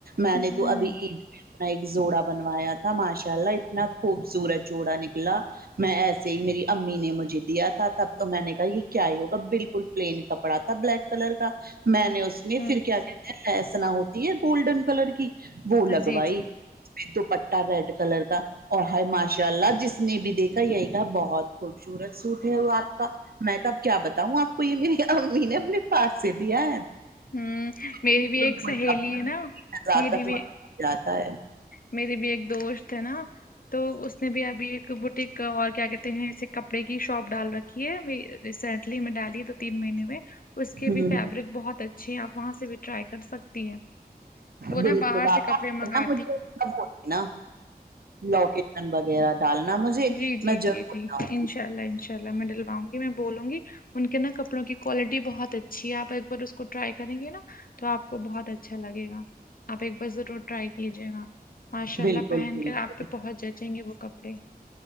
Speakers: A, on the right; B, on the left.
A: میں
B: ہوں
A: نے تو ابھی عید پے نا ایک اپنا ایک زوڈا بنوایا تھا ماشاء اللہ اتنا خوبصورت جوڑا نکلا میں ایسے ہی میری امی نے مجھے دیا تھا تب تو میں نے کہا یہ کیا ہی ہوگا بالکل پلین کپڑا تھا بلیک کلر کا میں نے اس میں
B: ہوں
A: پھر کیا کہتے ہیں لیس نہ ہوتی ہے گولڈن کلر کی وہ لگوائی
B: ہاں جی جی
A: پ دوپٹہ ریڈ کلر کا اور ہے ماشاء اللہ جس نے بھی دیکھا یہی کہ بہت خوبصورت سوٹ ہے وہ آپ کا میں کہ اب کیا بتاؤں آپ کو یہ میری امی نے اپنے پاس سے دیا ہے
B: ہوں میری
A: ب
B: بھی ایک
A: کو
B: سہیلی ہے نا
A: کزقت
B: میری بھی
A: والا ہو جاتا ہے <unintelligible>
B: میری بھی ایک دوست ہے نا تو اس نے بھی ابھی ایک بوٹیک اور کیا کہتے ہیں کپڑے کی شاپ ڈال رکھی ہے ریسنٹلی میں ڈالی ہے دو تین مہینے میں اس کے
A: ہمم
B: بھی فیبرک بہت اچھی ہیں آپ وہاں سے بھی ٹرائی کر سکتے ہے وہ
A: بالکل
B: نا باہر
A: آپ
B: سے کپڑے منگا
A: نا سب ہوتے نا لوکیشن وغیرہ ڈالنا مجھے
B: جی جی
A: میں ضرور
B: جی جی
A: جاؤں گی
B: انشاء اللہ انشاء اللہ میں ڈلواوں گی میں بولوں گی ان کے نا کپڑوں کی کوالٹی بہت اچھ ھی ہے آپ ایک بار اس کو ٹرائی کریں گے نا تو آپ کو بہت اچھا اچھا لگے گا آپ ایک بار ضرور ٹرائی کیجیے گا ماشاء
A: گی بالکل
B: اللہ پہن
A: بالکل
B: کر آپ پہ بہت جچے گے وہ کپڑے